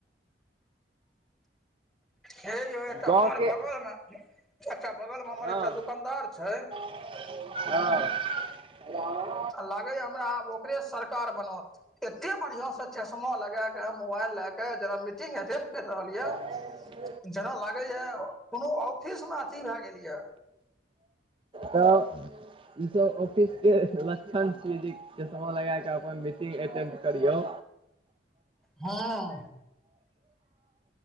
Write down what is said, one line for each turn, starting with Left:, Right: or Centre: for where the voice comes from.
Centre: हे यौ एकटा
Right: गाँव
Centre: हमर
Right: के
Centre: बगलमे, एकटा बगलमे हमर
Right: हँ
Centre: एकटा दुकानदार छैय
Right: हँ।
Centre: लागैये हमरा आब ओकरे सरकार बनत। एते बढ़िया से चश्मा लगाके मोबाइल लऽ के जेना मीटिंग एटेंड करि रहल य।
Right: आ
Centre: जेना लागय यऽ कोनो ऑफिसमे अथी भए गेल यऽ।
Right: त इ सब ऑफिसके लक्षन छियै जे चश्मा लगाकऽ अपन मीटिंग एटेंड करियौ।
Centre: हँ।